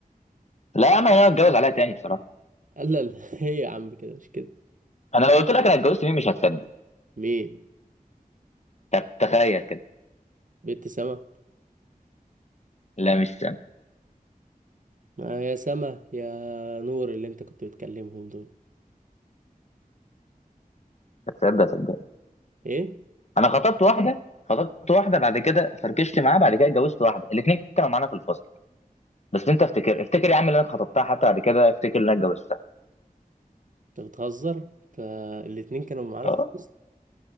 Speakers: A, on the left; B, on the right.
A: لا يا عم انا اتجوز عليها تاني بصراحه
B: <laughs> لا لا هي يا عم كده مش كده
A: انا لو قلت لك انا اتجوزت مين مش هتصدق
B: مين
A: طب تخيل كده
B: بنت سما
A: لا مش سنة.
B: ما يا سما يا نور اللي انت كنت بتكلمهم دول
A: هتصدق صدق
B: ايه
A: انا خطبت واحده خطبت واحده بعد كده فركشت معاها بعد كده اتجوزت واحده الاثنين كانوا معانا في الفصل بس انت افتكر افتكر يا عم اللي انا خطبتها حتى بعد كده افتكر ان انا اتجوزتها
B: انت بتهزر فالاتنين كانوا معانا
A: اه
B: في الفصل